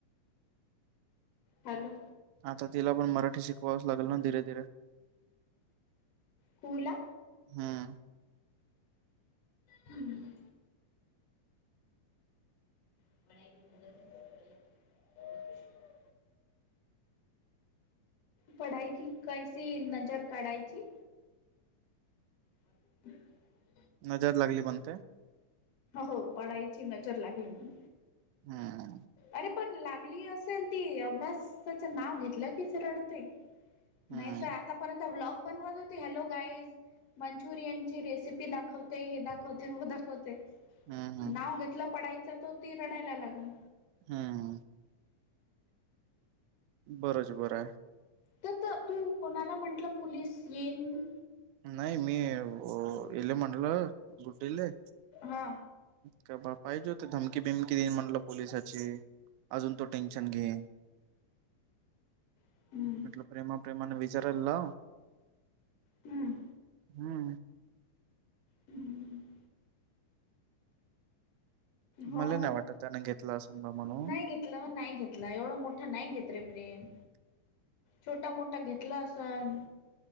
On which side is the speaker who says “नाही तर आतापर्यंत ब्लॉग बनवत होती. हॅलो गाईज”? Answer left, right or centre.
Left